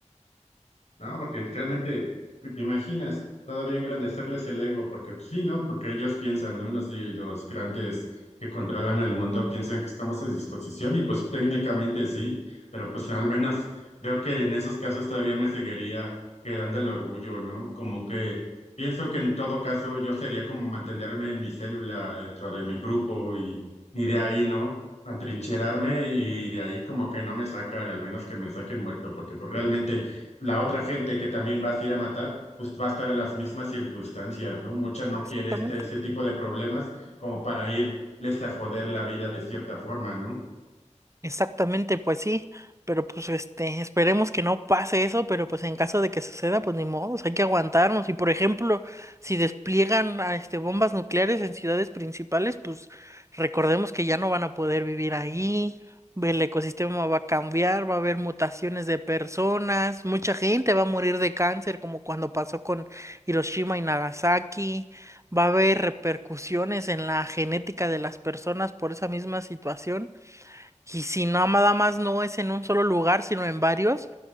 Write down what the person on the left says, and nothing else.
No, porque realmente, te te imaginas, todavía engrandecerles el ego, porque pues, sí, ¿no? Porque ellos piensan, ¿no? Los, di- los grandes que controlan el mundo piensan que estamos a disposición y pues técnicamente sí, pero pues al menos creo que en esos casos todavía me seguiría quedando el orgullo, ¿no? Como que pienso que en todo caso yo sería como mantenerme en mi célula dentro de mi grupo y, y de ahí, ¿no? atrincherarme y de ahí como que no me sacan, al menos que me saquen muerto, porque pues realmente la otra gente que también vas a ir a matar, pues va a estar en las mismas circunstancias, ¿no? Mucha no
quiere este, este tipo de problemas como para irles a joder la vida de cierta forma, ¿no?